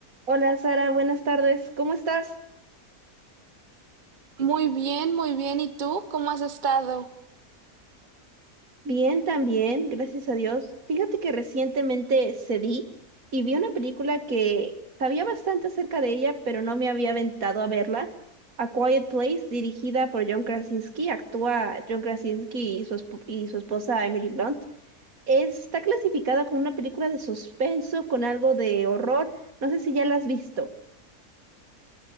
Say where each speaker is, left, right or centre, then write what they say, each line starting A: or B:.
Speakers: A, on the right; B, on the right.
A: Hola Sara, buenas tardes. ¿Cómo estás?
B: Muy bien, muy bien. ¿Y tú? ¿Cómo has estado?
A: Bien, también, gracias a Dios. Fíjate que recientemente cedí y vi una película que sabía bastante acerca de ella, pero no me había aventado a verla. A Quiet Place, dirigida por John Krasinski, actúa John Krasinski y su, esp- y su esposa Emily Blunt. Está clasificada como una película de suspenso con algo de horror. No sé si ya la has visto.